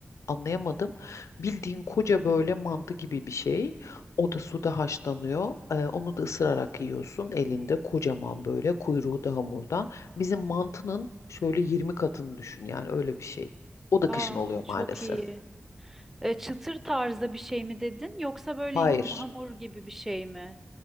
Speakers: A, on the left; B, in the centre.
A: anlayamadım. Bildiğin koca böyle mantı gibi bir şey. O da suda haşlanıyor. E, onu da ısırarak yiyorsun elinde kocaman böyle kuyruğu da hamurdan. Bizim mantının şöyle 20 katını düşün yani öyle bir şey. O da kışın
B: Aa,
A: oluyor
B: çok
A: maalesef.
B: iyi. E, çıtır tarzda bir şey mi dedin yoksa böyle
A: Hayır.
B: yum hamur gibi bir şey mi?